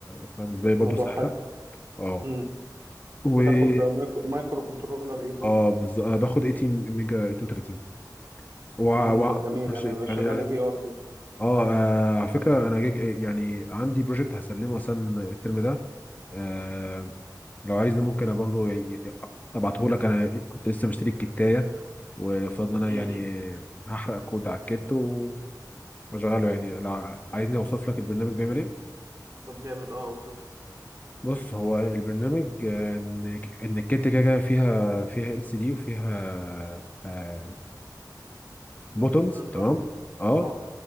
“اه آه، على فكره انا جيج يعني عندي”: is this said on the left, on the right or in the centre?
Left